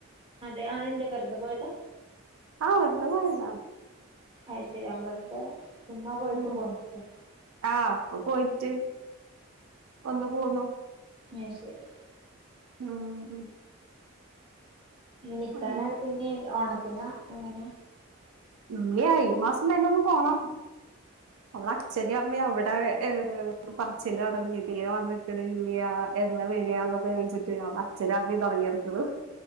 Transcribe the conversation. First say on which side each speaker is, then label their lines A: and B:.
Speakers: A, on the right; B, on the right.
A: അതെ ആ എന്തെ വെറുതെ പോയതാ
B: ആഹ് വെറുതെ പോയതാ
A: അയ് ശരി വെറുതേ തിന്നാൻ പോയിട്ട്
B: ഉം
A: പോന്ന
B: ആഹ് ഇപ്പൊ പോയിട്ട് ഒന്നു പോന്നു
A: അയ് ശരി
B: ഉം ഉം
A: നിക്കാനായിട്ട്
B: അങ്ങനെ
A: ഇനി ഓണത്തിനാ എങ്ങനാ?
B: ഇല്ല ഈ മാസം തന്നെ ഒന്ന് പോണം അവടെ അച്ഛനും അമ്മേം അവിടെ ഏഹ് പറച്ചില് തൊടങ്ങി തീരെ വന്നിക്കണില്ലാ എന്നാ വരാ എന്നൊക്കെ ചോയ്ച്ചിട്ട് അവടെ അച്ഛനും അമ്മേം തൊടങ്ങിക്കണു